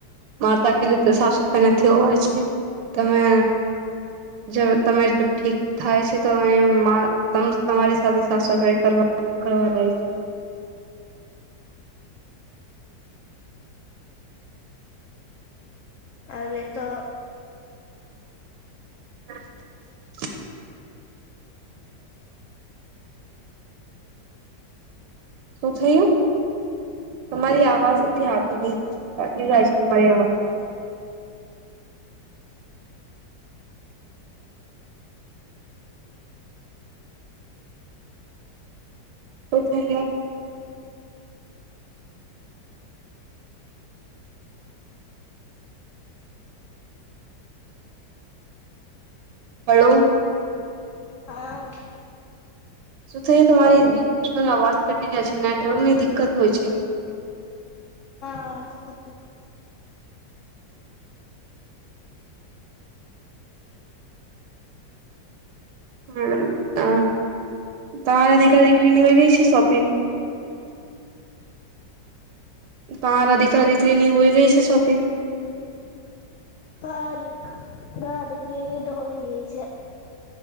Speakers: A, on the right (about 85°); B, on the left (about 85°).
A: મારે તો અકેલી તો સાફ સફાઈ નથી હોવાય છે તમે જ તમે ઠીક થાય છે તો એમાં તમારી સાથે સાફ સફાઈ કરવા કરવા લાય છે.
B: હવે તો
A: <inaudible> શું થયું તમારી આવાજ નથી આવતી બેન અટકી જાય જાય છે તમારી આવાજ. શું થયું. હલો.
B: હા
A: શું થઈ તમારી બીચ બીચમાં અવાજ ઘટી જાય છે નેટવર્કની દિકકત હોય છે.
B: હ છે
A: હ અ તમાાર દીકરી દીકરીની હોય ગઈ છે શોપિંગ? તમારા દીકરા દીકરી ની હોય ગઈ છે શોપીંગ?
B: હા દી હા દીક તો હોય ગય છે.